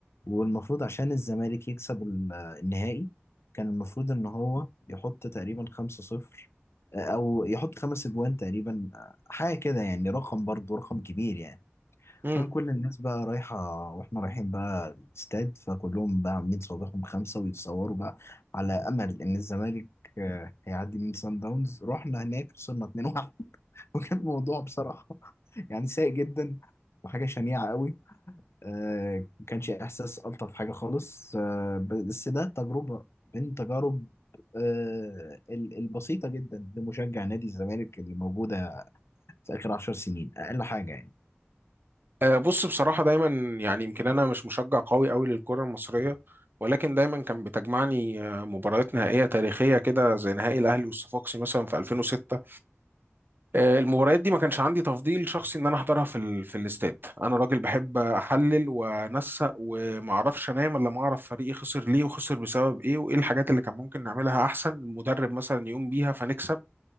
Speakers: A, on the left; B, on the right.
A: والمفروض عشان الزمالك يكسب ال- آه، النهائي كان المفروض إن هو يحط تقريبا 5-0 آه، أو يحط خمس أجوان تقريبا آه، حاجة كده يعني رقم برضه رقم كبير يعني
B: مم،
A: كان كل الناس بقى رايحة واحنا رايحين بقى الاستاد فكلهم بقى عاملين صوابعهم خمسة ويتصوروا بقى على أمل إن الزمالك آه، هيعدي من سان داونز رحنا هناك وصلنا 2-1 <laughs> وكان الموضوع بصراحة يعني سيء جدا وحاجة شنيعة قوي آه، ما كانش إحساس ألطف حاجة خالص آه، بس ده تجربة من تجارب آه، ال- البسيطة جدا لمشجع نادي الزمالك اللي موجودة في آخر عشر سنين أقل حاجة يعني
B: آه، بص بصراحة دايما يعني يمكن أنا مش مشجع قوي قوي للكرة المصرية ولكن دايما كان بتجمعني آه، مباريات نهائية تاريخية كده زي نهائي الأهلي والصفاقسي مثلا في 2006 آه، المباريات دي ما كانش عندي تفضيل شخصي إن أنا أحضرها في ال... في الاستاد أنا راجل بحب أحلل وأنسق وما أعرفش أنام إلا ما أعرف فريقي خسر ليه وخسر بسبب إيه وإيه الحاجات اللي كان ممكن نعملها أحسن المدرب مثلا يقوم بيها فنكسب